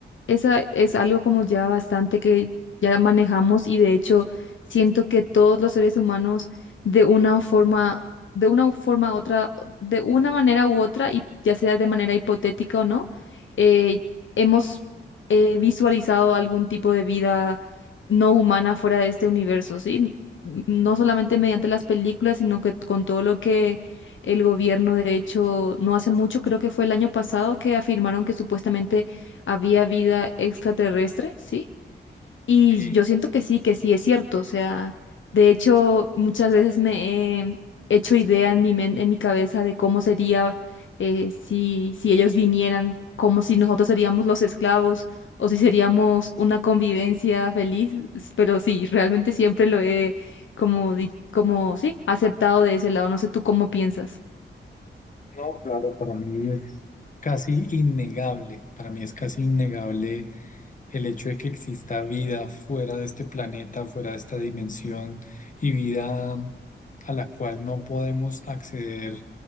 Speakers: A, on the left (about 75°); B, on the left (about 40°).
A: esa es algo como ya bastante que ya manejamos y de hecho siento que todos los seres humanos de una forma, de una forma u otra, de una manera u otra, y ya sea de manera hipotética o no, eh, hemos eh, visualizado algún tipo de vida no humana fuera de este universo, ¿sí? N- No solamente mediante las películas, sino que con todo lo que El gobierno, de hecho, no hace mucho, creo que fue el año pasado, que afirmaron que supuestamente había vida extraterrestre, ¿sí? Y
B: Y
A: yo siento que sí, que sí es cierto. O sea, de hecho, muchas veces me he hecho idea en mi men- en mi cabeza de cómo sería eh, si, si ellos vinieran, como si nosotros seríamos los esclavos o si seríamos una convivencia feliz. S- Pero sí, realmente siempre lo he como, di- como, sí, aceptado de ese lado. No sé tú cómo piensas.
B: No, claro, para mí es casi innegable, para mí es casi innegable el hecho de que exista vida fuera de este planeta, fuera de esta dimensión y vida a la cual no podemos acceder